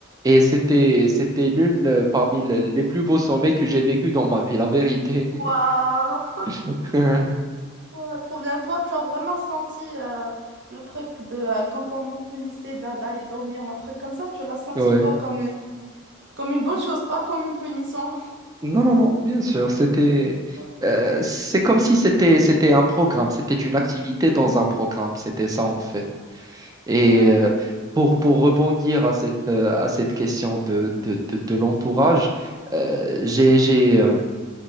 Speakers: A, on the right (about 15°); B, on the right (about 55°).
A: Et c'était, c'était l'une euh, parmi le- les plus beaux sommets que j'ai vécu dans ma vie, la vérité.
B: Waouh!
A: <laughs>
B: Ouais, trop bien. Toi, tu as vraiment senti euh, le truc de euh, quand on nous punissait d'a- d'aller dormir ou un truc comme ça, tu l'as senti
A: Ouais.
B: toi comme une, comme une bonne chose, pas comme une punition.
A: Non, non, non, bien sûr. C'était,
B: Ouais,
A: euh, c'est comme si c'était, c'était un programme, c'était une activité dans un programme. C'était ça, en fait. Et
B: ouais.
A: euh, pour, pour rebondir à cette, euh, à cette question de, de, de, de l'entourage, euh, j'ai, j'ai, euh,